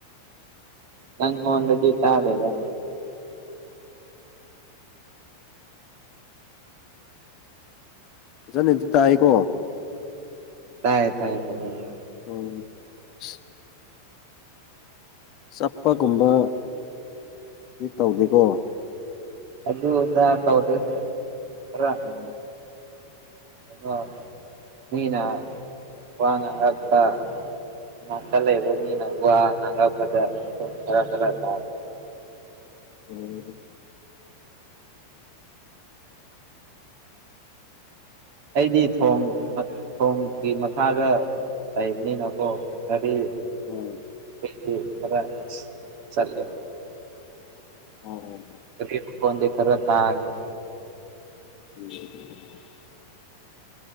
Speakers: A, on the right; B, on the left.
A: ꯅꯪꯉꯣꯟꯗꯗꯤ ꯇꯥꯗꯦꯗ
B: ꯐꯖꯟꯅ ꯑꯗꯨ ꯇꯥꯏꯀꯣ
A: ꯇꯥꯏꯌꯦ ꯇꯥꯏ ꯐꯖꯟꯅ ꯑꯗꯨ
B: <unintelligible> ꯆꯠꯄꯒꯨꯝꯕ ꯗꯤ ꯇꯧꯗꯦꯀꯣ
A: ꯑꯗꯨ ꯑꯗꯥ ꯇꯧꯗꯦ ꯈꯔ
B: <inaudible>
A: ꯀꯩꯅꯣ ꯃꯤꯅ ꯋꯥ ꯉꯥꯡꯔꯛꯄ ꯅꯥꯀꯠ ꯂꯩꯕ ꯃꯤꯅ ꯋꯥ ꯉꯥꯡꯉꯛꯄꯗ ꯑꯗꯨꯝ ꯈꯔ ꯈꯔ ꯇꯥꯌꯦ
B: ꯑꯣ
A: ꯑꯩꯗꯤ ꯊꯣꯡ ꯊꯣꯡꯒꯤ ꯃꯈꯥꯗ ꯂꯩꯕꯅꯤꯅꯀꯣ ꯒꯥꯔꯤ
B: ꯎꯝ
A: ꯗꯤ ꯈꯔ ꯆꯠꯂꯦ
B: <inaudible>
A: <unintelligible> ꯃꯈꯣꯟꯗꯤ ꯈꯔ ꯇꯥꯥꯒꯅꯤ
B: <inaudible>